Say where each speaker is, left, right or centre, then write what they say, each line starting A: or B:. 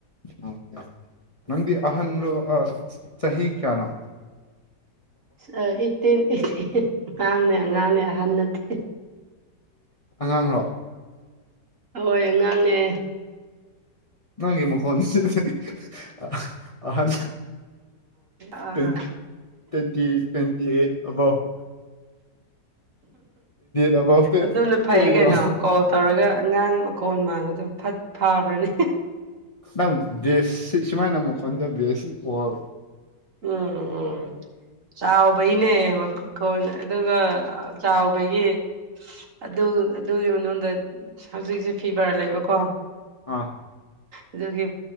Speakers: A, on the left; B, on the right.
A: ꯑꯣ ꯅꯪꯗꯤ ꯑꯍꯟꯔꯣ ꯑ ꯆꯍꯤ ꯀ꯭ꯌꯥꯅꯣ
B: ꯑ ꯑꯩꯠꯇꯤꯟ ꯑꯩꯠ <unintelligible> ꯉꯥꯡꯅꯦ ꯑꯉꯥꯡꯅꯦ ꯑꯍꯟ ꯅꯠꯇꯦ
A: ꯑꯉꯥꯡꯔꯣ
B: ꯍꯣꯏ ꯑꯉꯥꯡꯅꯦ
A: ꯅꯪꯒꯤ ꯃꯈꯣꯟꯁꯤꯗꯤ ꯑ ꯑꯍꯟ
B: ꯑꯥ
A: ꯇ꯭ꯋꯦꯟ ꯇ꯭ꯋꯦꯟꯇꯤ ꯇ꯭ꯋꯦꯟꯇꯤ ꯑꯩꯠ ꯑꯕ꯭ꯚ ꯑꯕꯞꯇ
B: ꯑꯗꯨꯅ ꯐꯩꯌꯦ
A: ꯍꯣꯏꯀꯣ
B: ꯀꯩꯅꯣ ꯀꯣ ꯇꯧꯔꯒ ꯑꯉꯥꯡ ꯃꯈꯣꯟ ꯃꯥꯟꯂꯗꯨ ꯐꯠ ꯐꯕ꯭ꯔꯅꯦ
A: ꯅꯪ ꯕꯦꯁꯁꯤ ꯁꯨꯃꯥꯏꯅ ꯃꯈꯣꯟꯗ ꯕꯦꯁ ꯑꯣ
B: <unintelligible> ꯆꯥꯎꯕꯩꯅꯦ ꯃꯈꯣꯟ ꯑꯗꯨꯒ ꯆꯥꯎꯕꯒꯤ ꯑꯗꯨ ꯑꯗꯨꯒꯤ ꯃꯅꯨꯡꯗ ꯍꯧꯖꯤꯛꯁꯦ ꯐꯤꯚꯔ ꯂꯩꯕꯀꯣ
A: ꯑꯥ
B: ꯑꯗꯨꯒꯤ